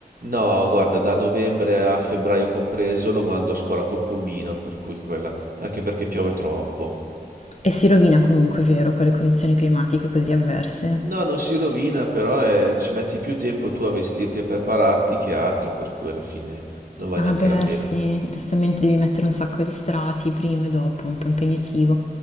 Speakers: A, on the right (about 65°); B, on the left (about 45°).
A: No, guarda, da novembre a febbraio compreso lo mando a scuola col pulmino, per cui quella, anche perché piove troppo.
B: E si rovina comunque, vero, con le condizioni climatiche così avverse.
A: No, non si rovina, però eh, ci metti più tempo tu a vestirti e prepararti che altro, per cui alla fine non vale
B: Ah
A: neanche
B: beh,
A: la pena.
B: sì, giustamente devi mettere un sacco di strati prima e dopo, un po' impegnativo.